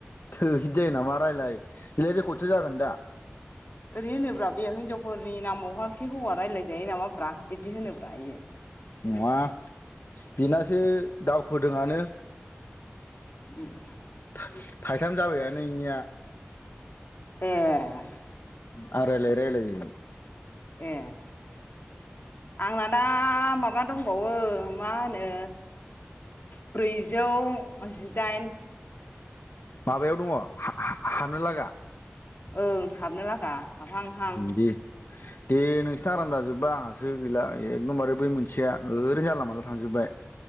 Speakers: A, on the left; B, on the left.
A: थोद इदि जायो नामा रायलाय बिलाय रेकर्डसो जागोन दा।
B: ओरै होनो ब्रा बे हिनजावफोरनि नामावहा खि हौवा रायलायजायो नामा ब्रा बिदि होनोब्रा इयो।
A: नङा बेनासो दावखोदोंआनो।
B: <inaudible>
A: थाइ-थाइथाम जाबायानो इनिया
B: ए
A: आं‌ रायलायै रायलायै।
B: ए आंना दा आ माबा दंबावो मा होनो ब्रैजौ जि दाइन।
A: माबायाव दङ हा-हा-हाबनो लागा?
B: ओं हाबनो लागा हाबहांहां।
A: दे दे नोंसोरना आराम जाजोब बा आंहासो गैला एखदमबारे बै मोनसेया ओरैनो जानला मानला थांजोबबाय।